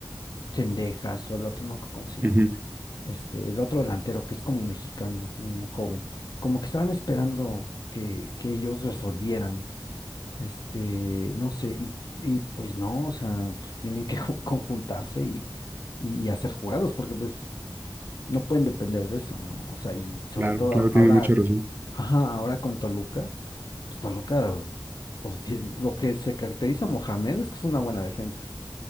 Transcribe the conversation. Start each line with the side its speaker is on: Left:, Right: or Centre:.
Left: Cendejas o el otro, no, me acuerdo ¿cómo se llama?
Right: Ujú,
Left: Este, el otro delantero que es como mexicano, un joven. Como que estaban esperando que, que ellos resolvieran. Este, no sé, y, y pues no, o sea, pues tienen que ju- conjuntarse y, y, y hacer jugados, porque pues no pueden depender de eso, ¿no? O sea, y sobre
Right: Claro,
Left: todo
Right: claro, tienes
Left: ahora,
Right: mucha razón.
Left: ajá, ahora con Toluca, pues Toluca, o sea, tiene- lo que se caracteriza a Mohamed es que es una buena defensa.